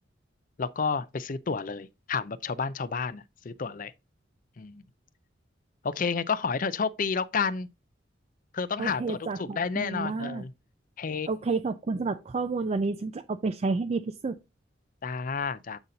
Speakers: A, on the left; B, on the right.
A: แล้วก็ไปซื้อตั๋วเลยถามแบบชาวบ้านชาวบ้านอ่ะซื้อตั๋วเลยอืมโอเคไงก็ขอให้เธอโชคดีแล้วกันเธอต้องหาตั๋วถูกๆได้แน่นอนเออ
B: โอเคจ้ะขอบคุณมาก
A: เฮ้
B: โอเคขอบคุณสำหรับข้อมูลวันนี้ฉันจะเอาไปใช้ให้ดีที่สุด
A: จ้าจ้า